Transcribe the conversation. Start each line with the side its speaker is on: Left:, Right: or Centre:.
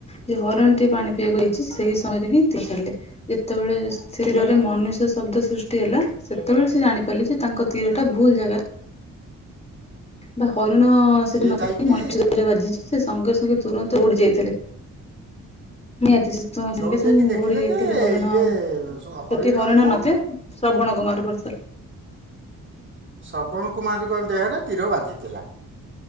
Left: ଯେ ହରିଣ ଟେ ପାଣି ପିଇବାକୁ ଆଇଛି ସେଇ ସମୟରେ ହିଁ ଠିକ କରିଲେ ଯେତେବେଳେ ସେ ତୀରରେ ମନୁଷ୍ୟ ଶବ୍ଦ ସୃଷ୍ଟି ହେଲା ସେତେବେଳେ ସେ ଜାଣିପାରିଲ ଯେ ତାଙ୍କ ତୀରଟା ଭୁଲ ଜାଗାରେ ବା ହରିଣ ସେଠି
Right: ସିଏ
Left: ନଥାଇ
Right: ଯାଇକି
Left: ମନୁଷ୍ୟ ଦେହରେ ବାଜିଛି। ସେ ସଙ୍ଗେ ସଙ୍ଗେ ତୁରନ୍ତ ଦୋଉଡି ଯାଇଥିଲେ। ନିହାତି ସେ ତ ସାଙ୍ଗେ
Right: ଦୌଡ଼ି
Left: ସାଙ୍ଗେ
Right: ଯାଇକି ଦେଖିଲେ
Left: ଦୌଡ଼ି ଯାଇଥିଲେ
Right: ଯେ
Left: ହରିଣ
Right: ଇଏ ସ-
Left: ସେଠି ହରିଣ
Right: ନୁହଁ
Left: ନଥିଲା। ଶ୍ରବଣ କୁମାର ପଡିଥିଲେ।
Right: ଶ୍ରବଣ କୁମାରଙ୍କ ଦେହରେ ତୀର ବାଜିଥିଲା।